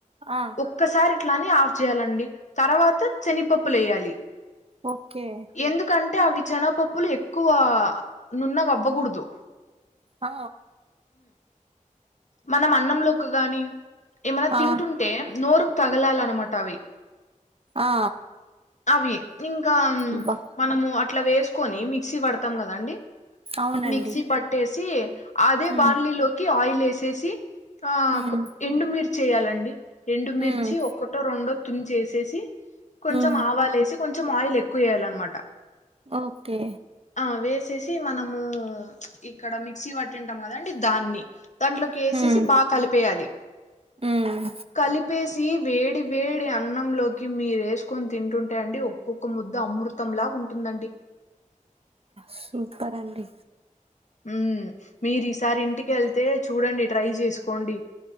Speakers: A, on the right; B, on the left.
A: ఆ
B: ఒక్కసారి ఇట్లాని ఆఫ్ చేయాలండి తర్వాత శనిపప్పుల వేయాలి
A: ఓకే
B: ఎందుకంటే అవి శేనపప్పులు ఎక్కువ నున్నగా అవ్వకూడదు
A: ఆ
B: మనం అన్నంలోకి గాని ఏమైన తింటుంట్
A: ఆ
B: టే నోరుకు తగలాలనమాట అవి
A: ఆ
B: అవి ఇంకా
A: అబ్బా
B: మనము అట్లా వేసుకొని మిక్సీ పడతాం కదా అండి
A: అవునండి
B: మిక్సీ పట్టేసి అదే
A: హ్మ్
B: బాన్లీలోకి ఆయిల్ వేసేసి ఆ
A: హ్మ్
B: ఎండు మీర్చేయాలండి రెండు మిర్చి
A: హ్మ్
B: ఒక్కటో రెండో తుంచేసేసి కొంచెం
A: హ్మ్
B: ఆవాలు వేసి కొంచెం ఆయిల్ ఎక్కువ వేయాలన్నమాట
A: ఓకే
B: ఆ వేసేసి మనము ఇక్కడ మిక్సీ పట్టింటాం కదండి దాన్ని దాంట్లోకి ఏసేసి
A: హ్మ్
B: బాగా కలిపేయాలి
A: హ్మ్
B: కలిపేసి వేడి వేడి అన్నంలో కి మీరేసుకొని తింటుంటే అండి ఒక్కొక్క ముద్ద అమృతంలాగా ఉంటుందండి
A: సూపర్ అండి
B: మ్ మీరు ఈసారి ఇంటికేళ్తే చూడండి ట్రై చేసుకోండి